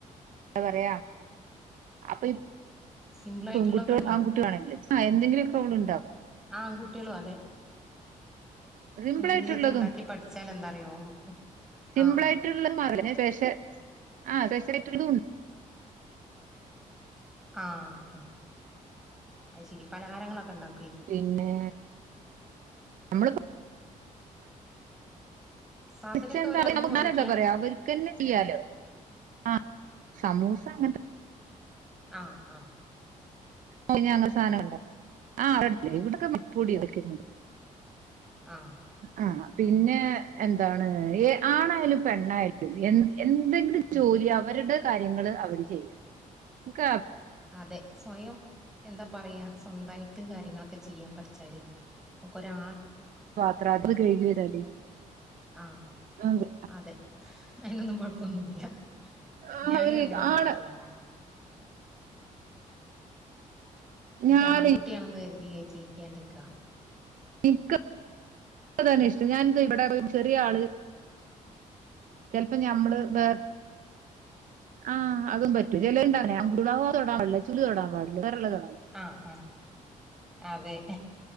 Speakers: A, on the right; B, in the centre.
A: എന്താ പറയാ അപ്പൊ
B: സിമ്പിൾ ആയിട്ടുള്ളൊക്കെ
A: പെൺകുട്ടിയോള് ആൺകുട്ടിയാണല്ലേ എന്തെങ്കിലുമൊക്കെ അവൾ ഉണ്ടാക്കും
B: ആൺകുട്ടികളും അതെ
A: സിംപിൾ
B: എന്തെങ്കിലുമൊക്കെ
A: ആയിട്ടുള്ളതും
B: ഉണ്ടാക്കി പഠിച്ചാൽ എന്താറിയോ നമുക്ക്
A: സിംപിൾ
B: ആഹ്
A: ആയിട്ടുള്ളന്ന് <unintelligible> സ്പെഷ്യൽ ആഹ് സ്പെഷ്യൽ ഇല്ലായിട്ടുള്ളതും ഉണ്ട്
B: ങാ ങാ അയിശേരി പലഹാരങ്ങളൊക്കെ ഉണ്ടാക്കും
A: പിന്നെ നമ്മള്
B: സാധനൊക്കെ
A: പച്ച എന്താ
B: അവര് അവിടുന്ന് വാങ്ങിക്കാ
A: എന്താ പറയാ അവർക്കന്നെ ചെയ്യാലോ ആഹ് സമൂസ അങ്ങനെ
B: ങാ ങാ
A: പിന്നെ ഞങ്ങൾ സാധനം ഒണ്ടാക്കി ആഹ് അടുപ്പിൽ ഇവിടൊക്കെ വിപ്പൊടി ഇതൊക്കെ കൊണ്ട
B: ആഹ്
A: ആഹ് പിന്നെ എന്താണ് ആണായാലും പെണ്ണായാലും എന്ത് എന്തെങ്കിലും
B: ഉം
A: ജോലി അവരുടെ കാര്യങ്ങൾ അവര് ചെയ്യണം എൻക്
B: അതെ സ്വയം എന്താ പറയാ സ്വന്തായിട്ട് കാര്യങ്ങളൊക്കെ ചെയ്യാൻ പഠിച്ചാല് നമുക്കൊരാ
A: പാത്ര അത് കഴികിടൽ
B: ആഹ്
A: അത്
B: അതെ അതിനൊന്നും കുഴപ്പൊന്നുല്യാ
A: ആ,
B: ഞാനും
A: അവര്
B: അങ്ങനെ ചിന്തിക്കുന്ന
A: ആണ്
B: ആളാണ് എനിക്ക്
A: ഞാൻ
B: ആൺകുട്ടിയാണെന്ന് കരു തീരെ ചെയ്യിക്കണ്ടിക്ക
A: എന്ക്ക് അതന്നെ ഇഷ്ടം ഞാനിതാ ഇവിടെ ചെറിയ ആള് ചിലപ്പോ ഞമ്മള് വേറെ ആഹ് അതും പറ്റും ചിലുണ്ടാവേ അവോട തൊടാൻ പാടില്ല ചുല് തൊടാൻ പാടില്ല വേറള്ളത
B: ആഹ് ആഹ് അതെ